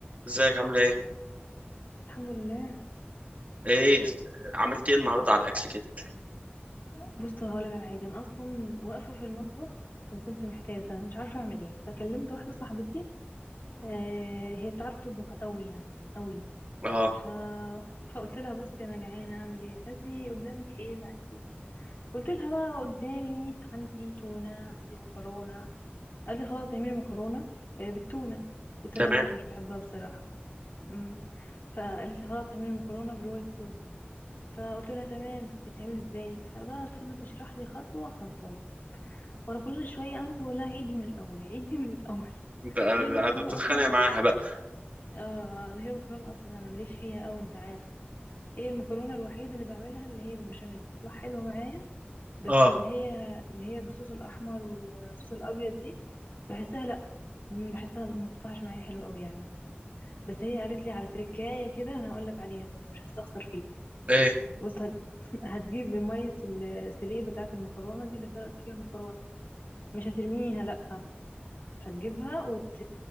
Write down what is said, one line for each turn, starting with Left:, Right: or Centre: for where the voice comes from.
Right: ازيك عامله ايه
Left: الحمد لله
Right: ايه عملت ايه النهارده على الاكل كده
Left: بص هقولك على حاجه انا اصلا واقفه في المطبخ وكنت محتاسه مش عارفه اعمل ايه فكلمت واحده صاحبتي آه هي بتعرف تطبخ قوي يعني قوي
Right: اه
Left: ف فقلت لها بصي انا جعانه اعمل ايه قالت لي قدامك ايه بقى انتي قلت لها بقى قدامي عندي تونه عندي مكرونه قالت لي خلاص اعملي مكرونه آه بالتونه قلت لها
Right: تمام
Left: لا مش بحبها بصراحه امم فقالت لي خلاص اعملي مكرونه بالوايت صوص فقلت لها تمام بتعمل ازاي فبقى فضلت تشرح لي خطوة خطوة وانا كل شوية انسى اقول لها عيدي من الاول عيدي من الاول
Right: ده
Left: هي
Right: ده-
Left: المكرونة
Right: ده بتتخانق
Left: اصلا
Right: معاها بقى
Left: آه هي المكرونة اصلا انا ماليش فيها قوي انت عارف هي المكرونة الوحيدة اللي بعملها اللي هي بالبشاميل بتطلع حلوة معايا بس
Right: اه
Left: اللي هي اللي هي بالصوص الاحمر والصوص الابيض دي بحسها لا م- بحسها ما بتطلعش معايا حلوة قوي يعني بس هي قالت لي على تركاية كده انا هقول لك عليها برضه مش هستخسر فيك
Right: ايه
Left: بص هت... <laughs> هتجيب مية السلية بتاعة المكرونة دي اللي سلقت فيها المكرونة مش هترميها لأ هتجيبها وت...